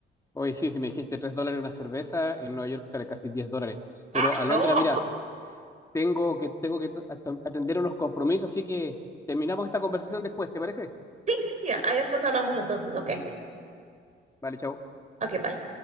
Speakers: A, on the left; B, on the right.
A: Oye, sí, si me dijiste 3 dólares una cerveza, en Nueva York sale casi 10 dólares.
B: Ay,
A: Pero a
B: no.
A: Londres, mira, tengo que, tengo que t- at- atender unos compromisos, así que terminamos esta conversación después, ¿te parece?
B: Sí, sí, sí, ahí después hablamos entonces, ¿ok?
A: Vale, chao.
B: Ok, bye.